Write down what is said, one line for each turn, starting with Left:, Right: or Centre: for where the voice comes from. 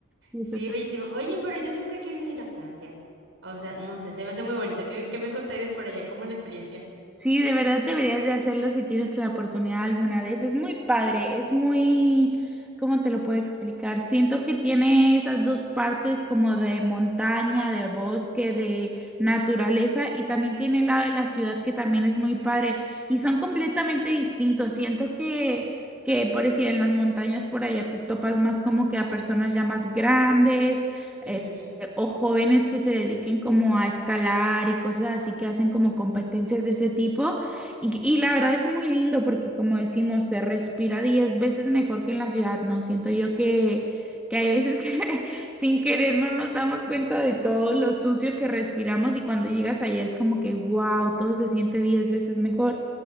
Centre: Sí,
Right: Sí,
Centre: total.
Right: bellísimo. Oye, pero yo siempre he querido ir a Francia. O sea, no sé, se me hace muy bonito. ¿Qué, qué me contáis de por allá? ¿Cómo es la experiencia?
Centre: Sí, de verdad deberías de hacerlo si tienes la oportunidad alguna vez. Es muy padre, es muy, ¿cómo te lo puedo explicar? Siento que tiene esas dos partes como de montaña, de bosque, de naturaleza y también tiene el lado de la ciudad que también es muy padre y son completamente distintos. Siento que, que por decir, en las montañas por allá te topas más como que a personas ya más grandes
Right: Ujú.
Centre: eh, eh, o jóvenes que se dediquen como a escalar y cosas así que hacen como competencias de ese tipo. Y, y la verdad es muy lindo porque como decimos, se respira 10 veces mejor que en la ciudad, ¿no? Siento yo que, que hay veces que <laughs> sin querer no nos damos cuenta de todo lo sucio que respiramos y cuando llegas allá es como que, wow, todo se siente 10 veces mejor.